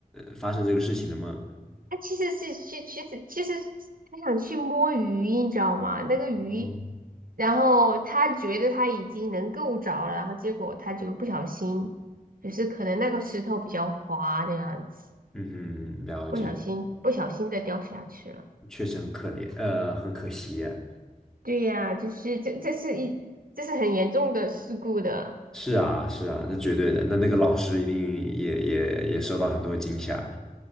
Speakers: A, in the centre; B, on the right.
A: 发生这个事情的吗？
B: 他其实是去其实其实他想去摸鱼，你知道吗？那个鱼，
A: 嗯
B: 然后他觉得他已经能够着了，然后结果他就不小心，就是可能那个石头比较滑的样子，
A: 嗯哼，了解，
B: 不小心不小心的掉下去了。
A: 确实很可怜，呃，很可惜呀、
B: 对呀，就是这这是一这是很严重的事故的。
A: 是啊，是啊，那绝对的。那那个老师一定也也也受到很多惊吓。